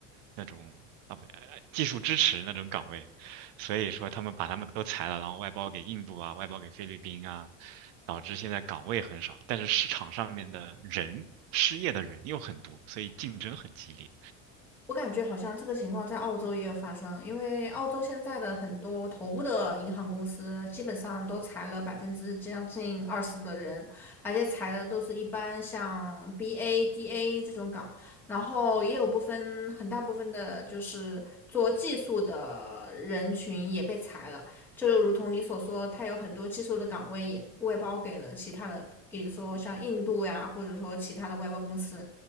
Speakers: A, on the right; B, in the centre.
A: 那种啊不，呃技术支持那种岗位。所以说他们把他们都裁了，然后外包给印度啊，外包给菲律宾啊，导致现在岗位很少，但是市场上面的人，失业的人又很多，所以竞争很激烈。
B: 我感觉好像这个情况在澳洲也有发生，因为澳洲现在的很多头部的银行公司基本上都裁了百分之将近二十的人，而且裁的都是一般像 BA、DA 这种岗，然后也有部分很大部分的就是做技术的人群也被裁了，就如同你所说，它有很多技术的岗位也外包给了其他的，比如说像印度呀，或者说其他的外包公司。